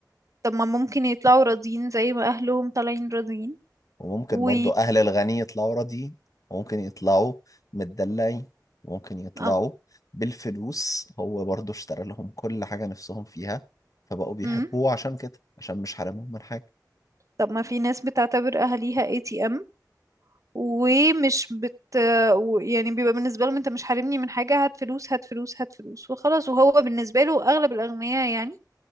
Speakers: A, on the right; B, on the left.
A: طب ما ممكن يطلعوا راضيين زي ما أهلهم طالعين راضيين
B: وممكن
A: و...
B: برضو أهل الغني يطلعوا راضيين وممكن يطلعوا متدلعين وممكن يطلعوا
A: أم.
B: بالفلوس هو برضو اشترى لهم كل حاجة نفسهم فيها فبقوا بيحبوه
A: مم.
B: عشان كده عشان مش حارمهم من حاجة
A: طب ما في ناس بتعتبر اهاليها اي تي ام ومش بت و- يعني بيبقى بالنسبه لهم انت مش حارمني من حاجه هات فلوس هات فلوس هات فلوس وخلاص وهو بالنسبه له اغلب الاغنياء يعني